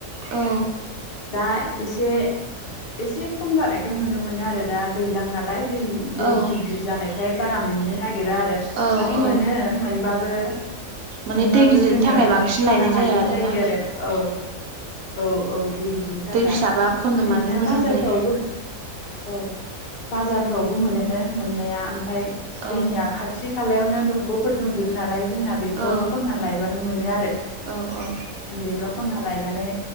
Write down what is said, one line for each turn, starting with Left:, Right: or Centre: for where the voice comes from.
Right: औ।
Left: दा एसे एसे खम जानायखौ नुनो मोनो आरो दा दैज्लां नालाय। दै, दै
Right: औ
Left: गिदिर गिदिर जानायखाय बारा मोननो नागिरा आरो।
Right: औ
Left: माने
Right: औ
Left: मोनो मोनबाबो
Right: माने
Left: मोनबाबो
Right: दै गिदिरनि
Left: जोङो
Right: थाखाय
Left: माने
Right: बांसिन
Left: खननो
Right: लायनाय
Left: हायि
Right: जाया आरोना
Left: जायो आरो। औ। औ औ दै गिदिरनि थाखाय।
Right: दै फिसाबा खननो
Left: बिदिनो
Right: मानो मोजां
Left: बाजारफ्राव
Right: जायो
Left: बो औ बाजारफ्रावबो मोनो मोननाया। आ फाय जोंनिया
Right: औ
Left: खाथि खालायावनो दंग'फोर दंजोबो नालाय जोंना बेफोराव
Right: औ
Left: खनना लायबानो मोनो आरो।
Right: औ औ
Left: बेफ्राव खनना लायनानै